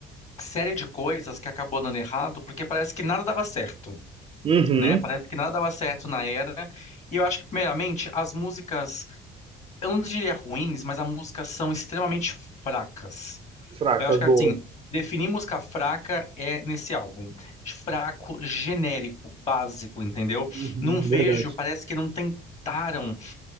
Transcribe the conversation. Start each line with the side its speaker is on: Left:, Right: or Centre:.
Left: série de coisas que acabou dando errado, porque parece que nada dava certo.
Right: uhum.
Left: né? Parece que nada dava certo na era. E eu acho que, primeiramente, as músicas, eu não diria ruins, mas as músicas são extremamente fracas.
Right: Fraca,
Left: Eu acho que,
Right: boa.
Left: assim, definir música fraca é nesse álbum. Fraco, genérico, básico, entendeu?
Right: Uhum,
Left: Não vejo,
Right: verdade.
Left: parece que não tentaram